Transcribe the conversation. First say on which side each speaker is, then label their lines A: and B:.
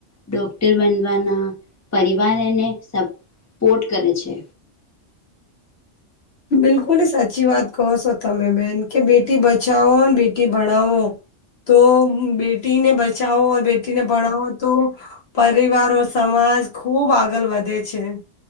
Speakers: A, on the left; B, on the left.
A: ડોક્ટર બનવાના પરિવાર એને સપોર્ટ કરે છે
B: બિલકુલ સાચી વાત કહો છો તમે બેન કે બેટી બચાવો અને બેટી ભણાવો તો બેટીને બચાઓ બેટીને ભણાવો તો પરિવારો સમાજ ખુબ આગળ વધે છે